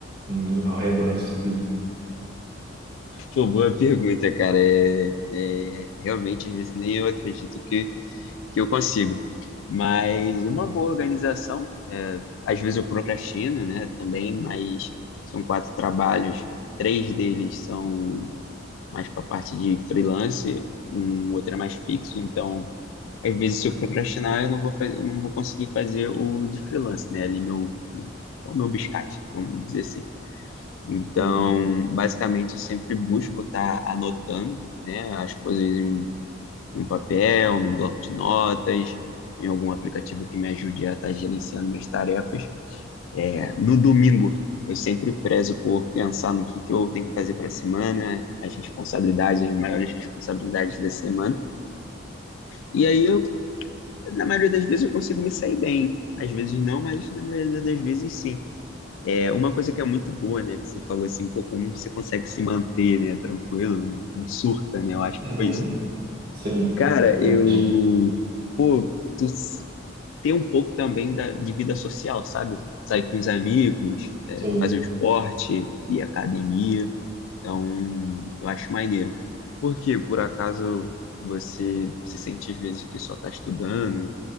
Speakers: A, on the right; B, on the left.
A: em- ao redor disso tudo?
B: Pô, boa pergunta, cara. É, é, realmente, às vezes, nem eu acredito que, que eu consigo. Mas uma boa organização, é, às vezes eu procrastino, né, também, mas são quatro trabalhos, três deles são mais para parte de freelance, um outro é mais fixo, então, às vezes, se eu procrastinar, eu não vou fazer, eu não vou conseguir fazer o de freelance, né, ali meu, que é o meu biscate, vamos dizer assim. Então,
A: Uhum.
B: basicamente, eu sempre busco estar anotando, né, as coisas em um, em um papel, num bloco de notas, em algum aplicativo que me ajude a estar gerenciando minhas tarefas. É, no domingo, eu sempre prezo por pensar no que, que eu tenho que fazer para a semana, as responsabilidades, as maiores responsabilidades da semana. E aí, eu, na maioria das vezes, eu consigo me sair bem. Às vezes não, mas na maioria das vezes sim. É uma coisa que é muito boa, né? Que você falou assim, pô, como você consegue se manter, né? Tranquilo, não, não surta, né? Eu acho
A: Uhum.
B: que foi isso.
A: Sim,
B: Cara,
A: exatamente.
B: eu, pô, tu s- ter um pouco também da, de vida social, sabe? Sair com os amigos, é,
A: Sim.
B: fazer um esporte, ir à academia. Então, eu acho maneiro. Por quê? Por acaso você se sente às vezes que só tá estudando,